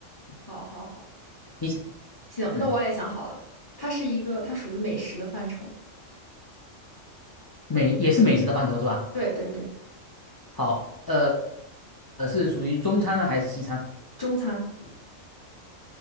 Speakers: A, on the left; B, on the left.
A: 好好好，
B: 你想
A: 行，
B: 嗯，
A: 那我也想好了，它是一个它属于美食的范畴，
B: 美也是美食的范畴是吧？
A: 对对对，
B: 好，呃呃，是属于中餐呢还是西餐？
A: 中餐